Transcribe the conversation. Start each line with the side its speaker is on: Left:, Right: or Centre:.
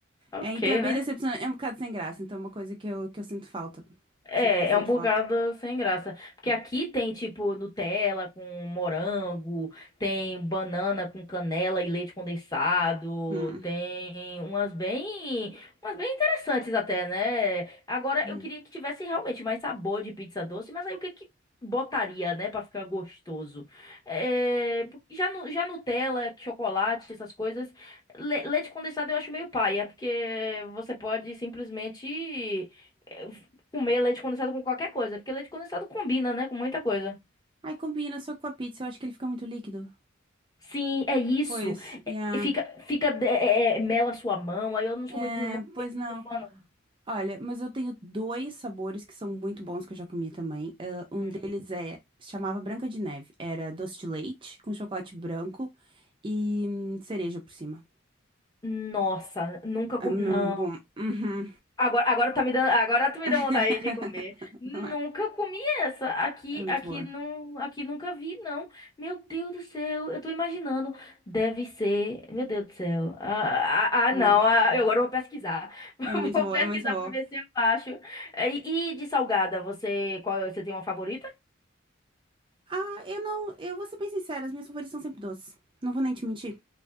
Left: ok,
Right: É, então é bem
Left: né?
Right: decepcionante, é um bocado sem graça, então é uma coisa que eu, que eu sinto falta.
Left: É,
Right: Sinto bastante
Left: é um bocado
Right: falta.
Left: sem graça. Porque aqui tem, tipo, Nutella com morango, tem banana com canela e leite condensado,
Right: Hum.
Left: tem umas bem, umas bem interessantes até, né? Agora,
Right: hum.
Left: eu queria que tivesse realmente mais sabor de pizza doce, mas aí o que que botaria, né, pra ficar gostoso? É, já, nu- já Nutella, chocolate, essas coisas, le- leite condensado eu acho meio paia, porque você pode simplesmente eh, Comer leite condensado com qualquer coisa, porque leite condensado combina, né, com muita coisa.
Right: Aí combina só que com a pizza, eu acho que ele fica muito líquido.
Left: Sim, é isso.
Right: Pois, yeah.
Left: E Fica, fica, é, é, é, mela a sua mão. Aí eu não sou
Right: É,
Left: muito, não, não
Right: pois
Left: sou
Right: não.
Left: muito fã, não.
Right: Olha, mas eu tenho dois sabores que são muito bons que eu já comi também. Ah, um
Left: Hum.
Right: deles é, se chamava Branca de Neve. Era doce de leite com chocolate branco e hum, cereja por cima.
Left: Nossa, nunca comi.
Right: É mesmo
Left: Não.
Right: bom. Uhum.
Left: Agora, agora tá me dando, agora tu me
Right: <laughs>
Left: deu vontade de comer. Nunca
Right: Não é?
Left: comi essa. Aqui,
Right: É muito
Left: aqui
Right: boa.
Left: não, aqui nunca vi não. Meu Deus do céu, eu tô imaginando. Deve ser, meu Deus do céu. Ah, ah,
Right: É,
Left: ah, não, ah, eu agora vou pesquisar. <laughs>
Right: é muito
Left: Vou
Right: boa,
Left: pesquisar
Right: é muito boa.
Left: pra ver se eu acho. Eh, E, e de salgada, você, qual, você tem uma favorita?
Right: Ah, eu não, eu vou ser bem sincera, as minhas favoritas são sempre doces. Não vou nem te mentir.